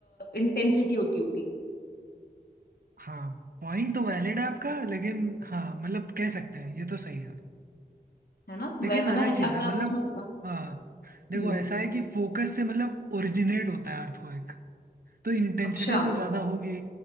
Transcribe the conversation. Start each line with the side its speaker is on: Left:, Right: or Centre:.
Left: इंटेंसिटी होती होगी
Right: हाँ पॉइंट तो वैलिड है आपका लेकिन हाँ मतलब कह सकते हैं ये तो सही है
Left: है ना वह
Right: लेकिन
Left: वरना
Right: अलग
Left: है-
Right: चीज़
Left: आप,
Right: है
Left: आप
Right: मतलब
Left: उसमें बता
Right: हाँ देखो
Left: हम्म
Right: ऐसा है कि फोकस से मतलब ओरिजिनेट होता है अर्थक्वेक तो इंटेंसिटी
Left: अच्छा
Right: तो ज़्यादा होगी